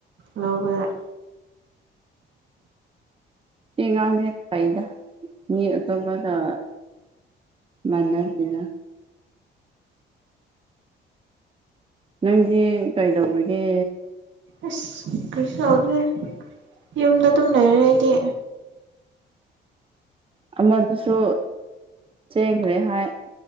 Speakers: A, on the right; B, on the right.
A: ꯂꯧꯕꯗ
B: ꯁꯤ ꯑꯉꯥꯡꯗꯤ ꯐꯩꯗꯥ ꯃꯤ ꯑꯇꯣꯞꯄꯒꯤ ꯒ ꯃꯥꯟꯅꯗ°ꯗ ꯅꯪꯗꯤ ꯀꯩꯗꯧꯕꯒꯦ
A: ꯑꯁ ꯀ꯭ꯔꯤꯁꯨ ꯇꯧꯗꯦ ꯌꯨꯝꯗ ꯑꯗꯨꯝ ꯂꯩꯔ° ꯑꯩꯗꯤ
B: ꯑꯃꯗꯨꯁꯨ ꯆꯦꯟꯈ꯭ꯔꯦ ꯍꯥꯏ